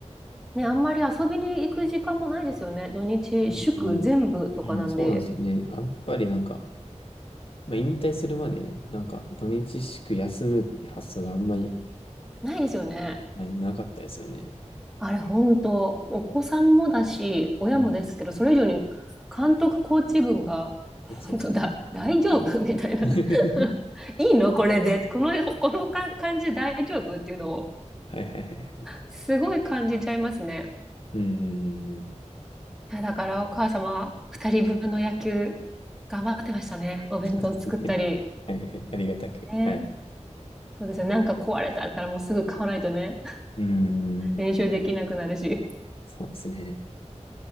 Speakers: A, in the centre; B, on the left (about 50°).
A: ね、あんまり遊びに行く時間もないですよね。土日、
B: そうですね。
A: 祝全部とかなんで、
B: うん、そうなんですよね。やっぱりなんか、まあ、引退するまで、なんか、土日祝休むって発想があんまり、
A: ないですよね。
B: まあなかったですよね。
A: あれ、本当、お子さんもだし、親もですけど、
B: うん。い
A: それ以上に監督、コーチ軍が、本当だ、
B: や、そうですよね。
A: 大丈夫
B: うん。
A: <laughs> みたいな。
B: <laughs>
A: <laughs> いいのこれで。この、このか感じ大丈夫っていうのを、
B: はいはいはい。
A: すごい感じちゃいますね。
B: うんうんうんうん。
A: いや、だからお母様、二人分の野球、頑張ってましたね。お弁当作ったり。
B: <laughs> はいはいはい。ありがたく。
A: ね。
B: はい。
A: そうですよね。なんか壊れたったらもうすぐ買わないとね、
B: うん。
A: 練習できなくなるし。
B: そうですね。